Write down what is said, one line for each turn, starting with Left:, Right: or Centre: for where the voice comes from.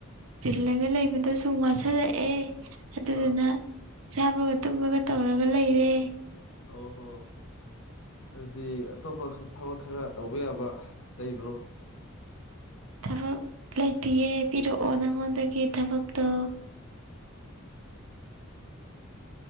Right: ꯆꯤꯜꯂꯒ ꯂꯩꯕꯗꯣ ꯁꯨꯝ ꯋꯥꯁꯤꯜꯂꯛꯑꯦ ꯑꯗꯨꯗꯨꯅ
Left: ꯑꯥ
Right: ꯆꯥꯝꯃꯒ ꯇꯨꯝꯃꯒ ꯇꯧꯔꯒ ꯂꯩꯔꯦ
Left: ꯑꯣ ꯍꯣ ꯑꯗꯨꯗꯤ ꯑꯇꯣꯞꯄ ꯊꯕꯛ ꯈꯔ ꯇꯧꯕ ꯌꯥꯕ ꯂꯩꯕ꯭ꯔꯣ
Right: ꯊꯕꯛ ꯂꯩꯇꯌꯦ ꯄꯤꯔꯛꯑꯣ ꯅꯪꯉꯣꯟꯗꯒꯤ ꯊꯕꯛꯇꯣ